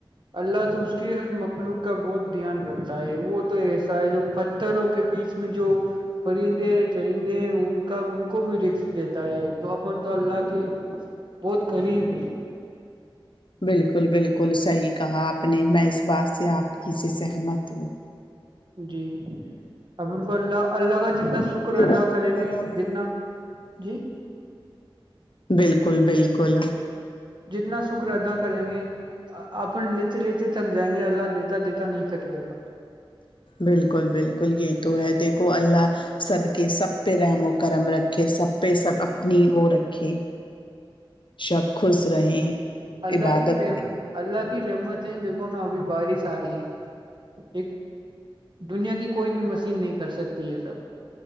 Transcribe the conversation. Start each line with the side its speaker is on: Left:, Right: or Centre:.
Right: اللہ تو اس کی ہر مخلوق کا بہت دھیان رکھتا ہے وہ تو ایسا ہے جو پتھروں کے بیچ میں جو پرندے چرندے ان کا ان کو بھی رش دیتا ہے تو اپن تو اللہ کی بہت غریب ہے
Left: بالکل بالکل صحیح کہا آپ نے میں اس بات سے آپ کی سے سہمت ہوں
Right: جی اب ان کو اللہ اللہ کا جتنا شکر ادا
Left: اللہ کی
Right: کریں گے
Left: عطا کرے
Right: جتنا جی
Left: بالکل بالکل
Right: جتنا شکر ادا کریں گے اپن لیتے لیتے تھک جائیں گے اللہ دیتا دیتا نہیں تھکے گا
Left: بالکل بالکل یہی تو ہے دیکھو اللہ سب کے سب پہ رحم و کرم رکھے سب پہ سب اپنی وہ رکھے سب خوش رہیں
Right: اللہگ
Left: عبادت
Right: رہ اللہ کی رحمت ہے دیکھو نا ابھی بارش آ رہی ہے ایک دنیا کی کوئی بھی مشین نہیں کر سکتی یہ سب